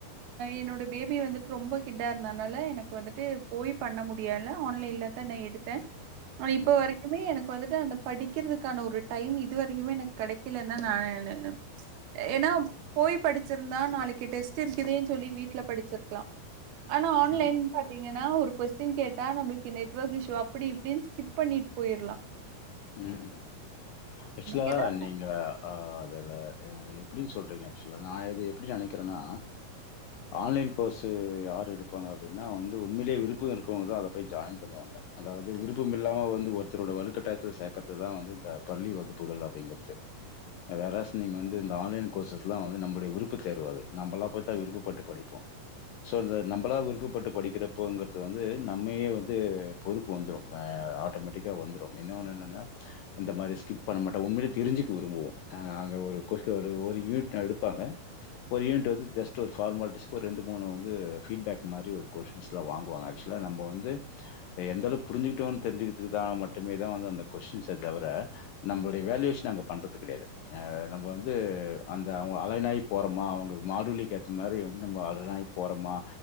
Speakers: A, on the right; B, on the left.
A: என்னோட பேபி வந்துட்டு ரொம்ப கிட்டா இருந்தனால எனக்கு வந்துட்டு போய் பண்ண முடியால ஆன்லைனிலகா நா எடுத்த ஆனா இப்ப
B: ம்.
A: வரைக்குமே எனக் கு வந்துட்டு அந்த படிக்கிறதுக்கான ஒரு டைம் இதுவரைக்குமே எனக்கு கெடை க்கில நா என்ன ப்ச் ஏனா போய் படிச்சிருந்தா நாளைக்கு டெஸ்ட் இருக்குதேனு சொல்லி வீட்ல படிச்சிருக்கலா ஆனா ஆன்லைன்
B: ஆமா.
A: பாத்தீங்கன்னா ஒரு கொஸ்டின் கேட்டா நம்மளுக்கு நெட்வர்க் இஷூ அப்படி இப்படினு ஸ்கிப் பண்ணிட்டு போயிர்லா
B: உம் ஆக்சுவலா
A: கேட்டா
B: நீங்க ஆ அதுல எப்படி சொல்றீங்க ஆக்சுவலா நா இது எப்படி நெனைக்கிறேனா ஆன்லைன் கோர்ஸு யார் எடுப்பாங்க அப்படினா வந்து உண்மையிலயே விருப்பம் இருக்கிறவங்கதா அதை போய் ஜாயின் பண்ணுவாங்க அதாவது விருப்பம் இல்லா வந்து ஒருத்தரோட வலுக்கட்டாய த்துல சேக்குறதுதா வந்து இந்த பள்ளி வகுப்புகள் அப்படிங்கிறது வேற்ஆஸ் நீங்க வந்து இந்த ஆன்லைன் கோர்சஸ் எல்லா வந்து நம்மடைய விருப்பு தேருவது நம்மல்லா பாத்தா விருப்பப்பட்டு படிப்போ சோ இந்த நம்மளா விருப்பப்பட்டு படிக்கிற ப்போ வந்து நம்மையே வந்து பொறுப்பு வந்துரு ஆட்டோமேட்டிக்காக வந்துருவாங்க இன்னொன்னு என்னென்னா இந்த மாரி ஸ்கிப் பண்ண மாட்டோ உண்மையிலே தெரிஞ்சுக்க விரும்புவோ நா நாங்க அங்கே ஒரு கொஸு ஒரு யூனிட் நா எடுப்பாங்க ஒரு யூனிட் வந்து ஜஸ்ட் ஒரு ஃபார்மாலிட்டிஸ் ஒரு ரெண்டு மூணு வந்து ஃபீட்பேக் மாரி ஒரு கொஷின்ஸ்லா வாங்குவாங்க ஆக்சுவலா நம்மோ வந்து எந்தளவு புரிஞ்சுட்டோனு தெரிஞ்சுதுக்குதா மட்டு டுமேதா வந்து அந்த கொஸ்ன்ஸ்ஸே தவற நம்மளுடைய வேல்யூஷன அவுங்க பண்றது கிடையாது அ நம்ம வந்து அந்த அவுங்க அலைன் ஆயி போறமா அவுங்க மாடுலிக்கு ஏத்த மாரி வந்து நம்ம அலைன் ஆயி போறமா